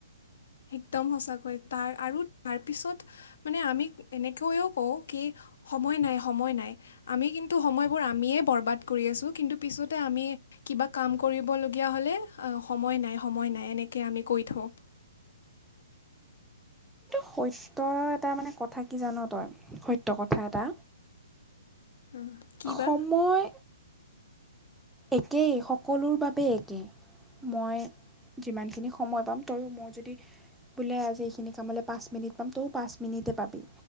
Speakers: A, on the left; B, in the centre.
A: একদম সঁচাকৈ তাৰ আৰু তাৰপিছত মানে আমি এনেকৈও কওঁ কি সময় নাই সমই নাই আমি কিন্তু সময় বোৰ আমিয়ে বৰবাদ কৰি আছো কিন্তু পিছতে আমি কিবা কাম কৰিবলগীয়া হ'লে অ সময় নাই সময় নাই এনেকৈ আমি কৈ থওঁ
B: সৈত্য এটা মানে কথা কি জান তই সৈত্য কথা এটা
A: অ, কি
B: সময়
A: বা
B: একেই সকলোৰ বাবে একেই মই যিমানখিনি সময় পাম তই মই যদি বোলে আজি এইখিনি কামলৈ পাঁচ মিনিট পাম তও পাঁচ মিনিটে পাবি